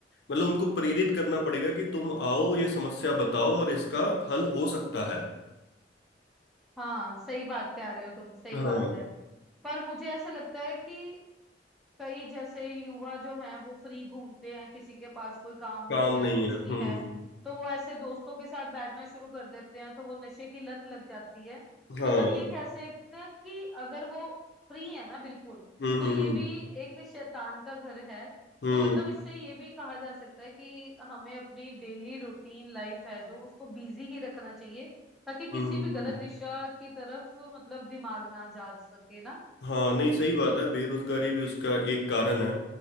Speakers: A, on the left; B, in the centre.
A: मतलब उनको प्रेरित करना पड़ेगा कि तुम आओ ये समस्या बताओ और इसका हल हो सकता है
B: हाँ सही बात कह रहे हो तुम सही
A: हाँ
B: बात है पर मुझे ऐसा लगता है कि कई जैसे युवा जो हैं वो फ्री घूमते हैं किसी के पास कोई काम
A: काम
B: नहीं है
A: नहीं
B: कुछ
A: है
B: नहीं
A: हम्म
B: है तो वो ऐसे दोस्तों के साथ बैठना शुरू कर देते हैं तो वो नशे की लत लग जाती है
A: हाँ
B: मतलब ये कह सकते हैं कि अगर वो फ्री है ना बिल्कुल
A: हम्म
B: तो
A: हम्म
B: ये भी एक शैतान का घर है
A: हम्म
B: तो मतलब
A: हम्म
B: इससे ये भी कहा जा सकता है कि हमें अपनी डेली रूटीन लाइफ है जो उसको बिजी ही रखना चाहिए ताकि किसी
A: हम्म हम्म
B: भी
A: हम्म,
B: गलत दिशा की तरफ मतलब दिमाग ना जा सके ना
A: हाँ नहीं सही बात है बेरोजगारी भी उसका एक कारण है